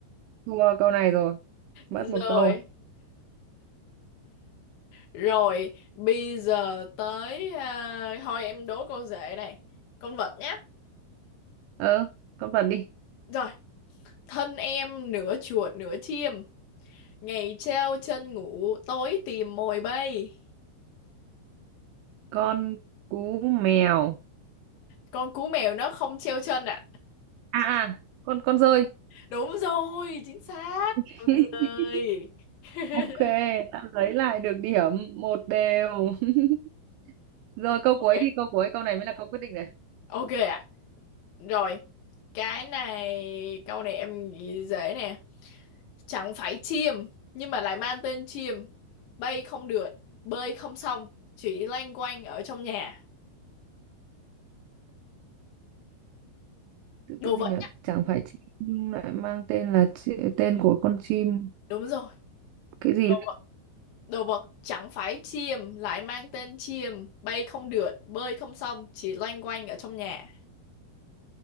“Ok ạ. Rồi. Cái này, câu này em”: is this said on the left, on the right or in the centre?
Left